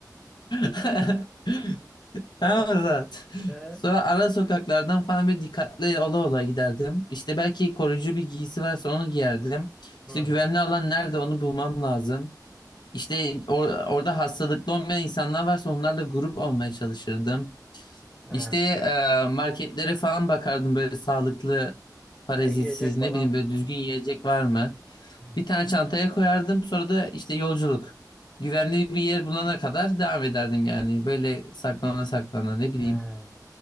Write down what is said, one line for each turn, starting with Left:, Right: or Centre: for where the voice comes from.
Left: <laughs>
Centre: He,
Left: Tamam mı Zat?
Centre: he.
Left: Sonra ara sokaklardan falan bir dikkatli ola ola giderdim. İşte belki koruyucu bir giysi varsa onu giyerdim.
Centre: Hı,
Left: İşte güvenli alan nerede onu bulmam lazım. İşte or- orada hastalıklı olmayan insanlar varsa onlarla grup olmaya çalışırdım.
Centre: he.
Left: İşte e, marketlere falan bakardım böyle sağlıklı, parazitsiz
Centre: Ha, Yiyecek
Left: ne
Centre: falan.
Left: bileyim böyle düzgün
Centre: Hı,
Left: yiyecek var mı?
Centre: hı,
Left: Bir tane çantaya koyardım. Sonra da işte yolculuk. Güvenli bir yer bulana kadar devam ederdim yani. Böyle saklana saklana ne bileyim.
Centre: he.